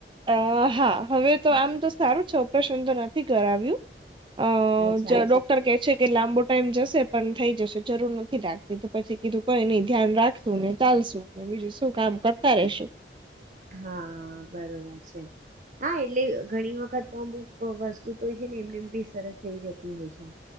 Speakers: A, on the right; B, on the right.
A: અ હા હવે તો આમ તો સારું છે ઓપરેશન તો નથી કરાવ્યું. અ
B: અચ્છા
A: ડોક્ટર કે છે કે લાંબુ. ટાઈમ જશે પણ થઈ જશે જરૂર નથી લાગતી તો પછી કીધું કઈ નહી ધ્યાન રાખશું ને ચાલશું. બીજું શું કામ કરતા રશું.
B: હા બરોબર છે. હા એટલે ઘણી વખત અમુક વસ્તુ તો છે ને એમને એમ બી સરસ થઇ જતી હોય છે.